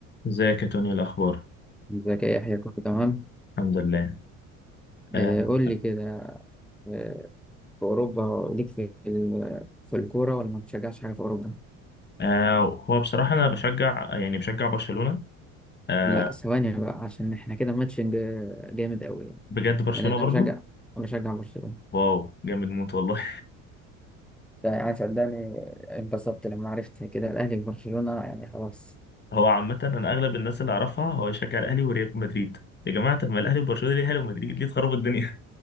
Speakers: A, on the left; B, in the centre.
A: ازيك يا توني إيه الاخبار
B: ازيك يا يحيى كله تمام
A: الحمد لله آه
B: آه، قول لي كده آه، في أوروبا ليك في ال- في الكورة ولا ما بتشجعش حاجة في أوروبا؟
A: آه هو بصراحه انا بشجع يعني بشجع برشلونه آه
B: لا ثواني بقى عشان احنا كده ماتشنج آه، جامد قوي يعني
A: بجد برشلونه
B: لأن أنا
A: برضو
B: بشجع بشجع برشلونة
A: واو جامد موت والله
B: ده يعني صدقني انبسطت لما عرفت كده الأهلي وبرشلونة يعني خلاص
A: <laughs> هو عامه انا اغلب الناس اللي اعرفها هو يشجع الاهلي وريال مدريد يا جماعه طب ما الاهلي وبرشلونه ليه الاهلي ومدريد ليه تخربوا الدنيا